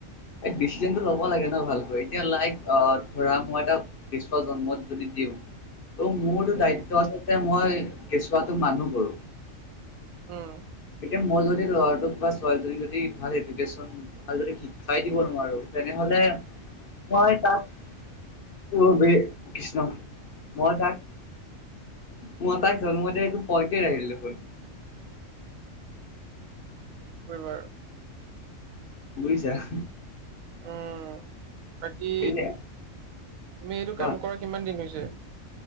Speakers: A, on the left; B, on the right.
A: এই ডিচিজনটো ল'ব লাগে ন ভালকৈ, এতিয়া লাইক অ ধৰা মই এটা কৃষ্ণ জন্মত যদি দিওঁ। ত' মোৰতো
B: উম,
A: দায়িত্ব আচলতে মই কেঁচুৱাতোক মানুহ কৰো।
B: উম।
A: এতিয়া মই যদি ল'ৰাটোক বা ছোৱালীজনীক যদি ভাল এডুকেশ্যন ভাল যদি শিক। চাই দিব নোৱাৰো তেনেহলে মই তাক- অ বে কৃষ্ণ। মই তাক মই তাইক জন্ম দিয়া একো পইটে এৰিলো গৈ।
B: পৰিবাৰ।
A: বুজিছা অ হা।
B: উম বাকী
A: এতিয়া
B: তুমি এইটো
A: কোৱা
B: কাম কৰা কিমান দিন হৈছে।